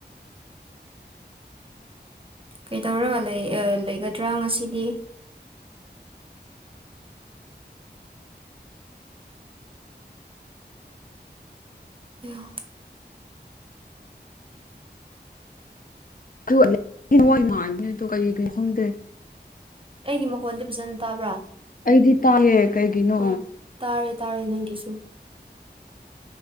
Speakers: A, on the right (about 30°); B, on the left (about 50°).
A: ꯀꯩꯗꯧꯔꯒ ꯂꯩ ꯑꯥ ꯂꯩꯒꯗ꯭ꯔꯥ ꯉꯁꯤꯗꯤ ꯑꯌꯥ
B: ꯑꯗꯨ <unintelligible> ꯃꯣꯏ <unintelligible> ꯃꯥꯟꯕꯅꯦ ꯑꯗꯨ ꯀꯩꯒꯤ ꯈꯪꯗꯦ
A: ꯑꯩꯒꯤ ꯃꯈꯣꯟꯗꯤ ꯐꯖꯅ ꯇꯥꯕ꯭ꯔꯥ
B: ꯑꯩꯗꯤ ꯇꯥꯏꯌꯦ ꯀꯩꯒꯤꯅꯣ
A: ꯑꯣ ꯇꯥꯔꯦ ꯇꯥꯔꯦ ꯅꯪꯒꯤꯁꯨ